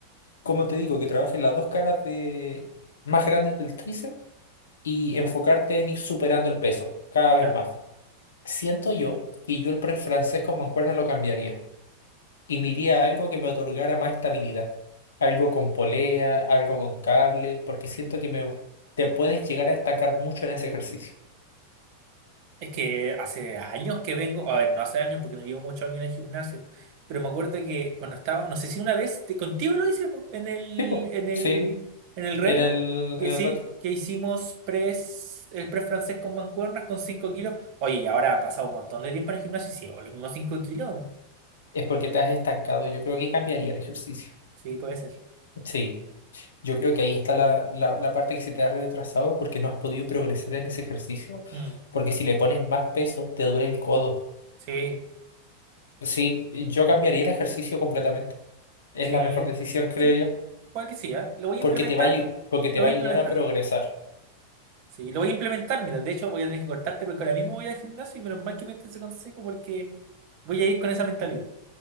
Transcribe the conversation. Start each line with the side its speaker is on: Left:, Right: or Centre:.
Left: como te digo, que trabajen las dos caras de, más grandes del tríceps y enfocarte en ir superando el peso cada vez
Right: Claro.
Left: más. Siento yo que yo el pre francés con mancuerna lo cambiaría y me iría a algo que me otorgara más estabilidad. Algo con polea, algo con cable, porque siento que me, te puedes llegar a estancar mucho en ese ejercicio.
Right: Es que hace años que vengo, a ver, no hace años porque no llevo muchos años en el gimnasio, pero me acuerdo que cuando estaba, no sé si una vez, te- contigo lo hice po, en el,
Left: Sí, po.
Right: en el,
Left: Sí,
Right: en el retro,
Left: en el,
Right: que
Left: en el
Right: sí,
Left: rato.
Right: que hicimos press, el press francés con mancuernas con 5 kilos. Oye, y ahora ha pasado un montón de tiempo en el gimnasio y sigo los mismos cinco kilos.
Left: Es porque te has estancado. Yo creo que cambiaría el ejercicio.
Right: Sí, puede ser.
Left: Sí, yo creo que ahí está la, la, la parte que se te ha retrasado porque no has podido progresar en ese ejercicio.
Right: Mm,
Left: Porque si le pones más peso, te duele el codo.
Right: sí,
Left: Sí, yo cambiaría el ejercicio completamente. Es
Right: sí,
Left: la mejor decisión, creo
Right: sí,
Left: yo,
Right: puede que sí, ¿ah? Lo voy a
Left: porque
Right: implementar,
Left: te va a, ayu- porque te
Right: lo
Left: va
Right: voy
Left: a
Right: a
Left: ayudar
Right: implementar.
Left: a progresar.
Right: Sí, lo voy a implementar, mira, de hecho voy a tener que cortarte porque ahora mismo voy al gimnasio y menos mal que me diste ese consejo porque voy a ir con esa mentalidad.